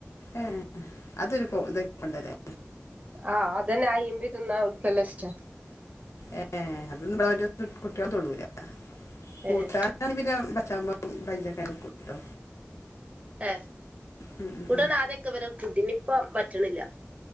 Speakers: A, on the left (about 70°); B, on the right (about 30°).
A: ഏ അതൊരു ഇതൊ കൊണ്ടരെ <unintelligible>
B: ആഹ് അതെന്നെ ആ ഇിമ്പി തന്നൻ ഉൽക്ക് നല്ല ഇഷ്ട.
A: ഏ അത്ഒനും കുട്ടികള് തൊടുല കൂട്ടാൻ.
B: ഏഹ്
A: ഞ പിന്നെ ബച്ചാവുമ്പോ പൈജക്കയാലും കൂട്ടും ട്ടോ
B: എ
A: ഉം ഉം
B: കുട്ടാൻ
A: ഉം.
B: ആദ്യൊക്കെ ഇവര് കുട്ടീന് ഇപ്പം പറ്റ്ണ്ല്ല.